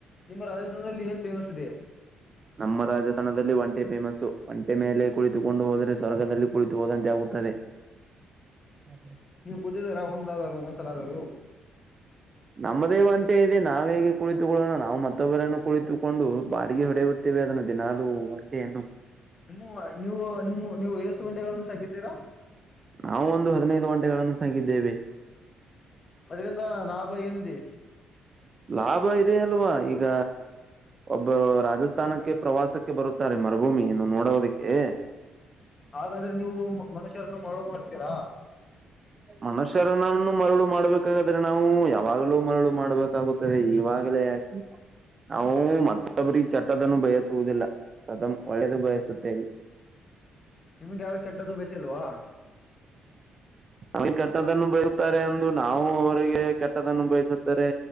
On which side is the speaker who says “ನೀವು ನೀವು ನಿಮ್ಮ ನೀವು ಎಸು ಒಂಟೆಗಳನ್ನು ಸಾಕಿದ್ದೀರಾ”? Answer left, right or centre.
Left